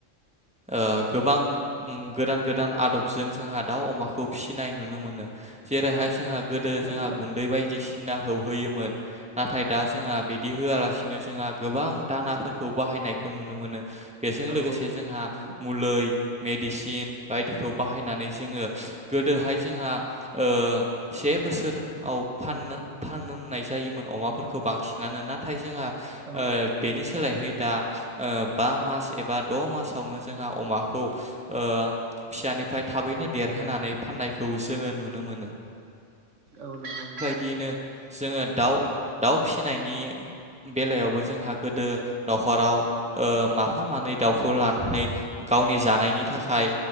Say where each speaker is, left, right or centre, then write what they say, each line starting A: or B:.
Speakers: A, in the centre; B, on the right (about 80°).
A: ओ गोबां ओं गोदान गोदान आदबजों जोंहा दाउ अमाखौ फिसि इनाय नुनो मोनो। जेराहाय
B: औ
A: सोंहा
B: नंगौ नोंथां
A: गोदो
B: थारैनो
A: जोंहा गुन्दै बायदसि नाहौ होयोमोन नाथाय दा जोंहा बिदि होआलासिनो जोंहा गोबां दानाफोरखौ बाहायनायखौ नुनो मोनो बेजों
B: औ
A: लोगोस
B: औ
A: ए
B: नंगौ
A: जोंहा
B: थारैनो
A: मुलै मेडिसिन बायदिखौ बाहायनानै जोङो गोदोहाय जोंहा ओ से बोसोर आव व फाननो फाननाय जायोमोन अमाफोरखौ बांसिनानो नाथाय जोंहा
B: औ
A: ओ
B: औ
A: बेनि सोलायहै दा ओ बा मास एबा द' मासावनो जोंहा अमाखौ ओ फिसानिफ्राय थाबैनो देरहोनानै फाननायखौ जोङो नुनो मोनो।
B: औ नंगौ उम
A: गिनो जोङो दाउ दाउ फिसिनायनि बेलायावबो जोंहा गोदो न'खराव ओ माफा मानै दाउखौ लानानै गावनि जानायनि थाखाय